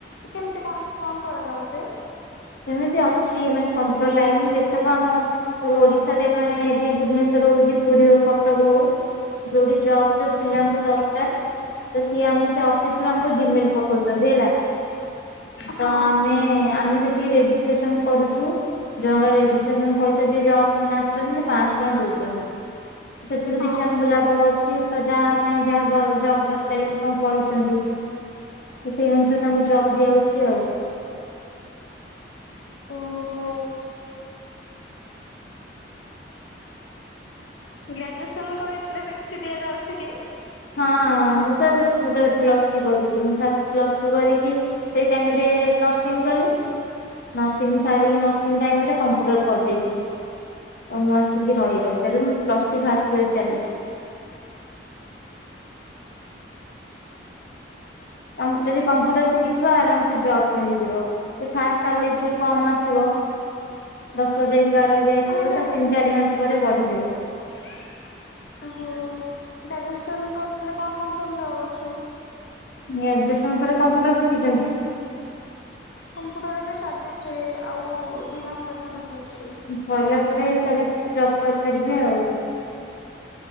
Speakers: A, on the left; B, on the left.
A: କେମିତି କଣ କଣ କରାଯାଉଛି?
B: ସେମିତି ଅଛି, ମାନେ କମ୍ପୁଟର ଲାଇନ ଯେତକ ଆମ ଓଡିଶାରେ, ମାନେ ଏଠି ଭୁବନେଶ୍ଵର ହଉ କି ପୁରୀ ହଉ, କଟକ ହଉ ଯୋଉଠି ଜବ ପିଲାଙ୍କୁ ଦରକାର। ତ ସିଏ ଆମକୁ ସେ ଅଫିସରୁ ଆମକୁ ଜିମେଲ ପଠଉଛନ୍ତି ହେଲା।
A: ହଁ
B: ତ, ଆମେ ଆମେ ସେଠି ରେଜିଷ୍ଟ୍ରେସନ କରୁଛୁ। ଜଣକା ରେଜିଷ୍ଟ୍ରେସନ ପଇସା ଯିଏ ଜବ ମାନେ ଆସୁଛନ୍ତି, ସେ ପାଞ୍ଚଶହ ଟଙ୍କା ଦଉଛନ୍ତି। ସେଥିରୁ
A: ହଁ
B: କିଛି ଆମକୁ ଲାଭ ଅଛି। ତ ଯାହା ପାଇଁ ଯାହା ଜବ ଦରକାର, କି କଣ ପଢିଛନ୍ତି ତ ସେଇ ଅନୁସାରେ ତାଙ୍କୁ ଜବ୍ ଦିଆଯାଉଛି ଆଉ।
A: ଓହୋ। ଗ୍ରାଜୁଏସନ କରିଥିଲେ ବି କିଛି ଦିଆଯାଉଛି କି?
B: ହଁ, ମୁଁ ତ ଏବେ ମୁଁ ତ ଏବେ ପ୍ଲସ ଥ୍ରୀ କରୁଛି। ମୁଁ ଫାସ କ୍ଲାସ <unintelligible> କି ସେଇ ଟାଇମ୍ ରେ ନର୍ସିଂ କଲି। ନର୍ସିଂ ସାରିକି, ନର୍ସିଂ ଟାଇମ ରେ କମ୍ପ୍ୟୁଟର କରିଦେଇଥିଲି। ଆଉ ମୁଁ ଆସିକି ରହିଗଲି। ତେବେ ମୁଁ ପ୍ଲସ ଥ୍ରୀ ଫାଷ୍ଟ ଇୟର ଚାଲିଛି। ତମକୁ ଯଦି କମ୍ପ୍ୟୁଟର ଶିଖିଥିବ, ଆରାମସେ ଜବ ମିଳିଯିବ। ସେ ଫାଷ୍ଟେ ସାଲାରି ଟିକେ କମ ଆସିବ। ଦଶ ହଜାର କି ବାର ହଜାର ଆସିବ।
A: ମାନେ ଗ୍ରା
B: ତା ତିନି, ଚାରି ମାସ ପରେ ବଢିଯିବ।
A: <unintelligible> ଓହୋ। ଗ୍ରାଜୁଏସନ ସରି କରିଥିଲେ କଣ କଣ ସବୁ ଜବ୍ ଆସିବ?
B: ଗ୍ରାଜୁଏସନ ପରେ କମ୍ପ୍ୟୁଟର ଶିଖିଛନ୍ତି?
A: କମ୍ପ୍ୟୁଟର ଏବେ ଚାଲିଛି ଆଉ ଦୁଇ ମାସ ପାଖାପାଖି ଅଛି।
B: ସରିଲା ପରେ ତାର କିଛି ଜବ୍ କରିପାରିବେ ଆଉ।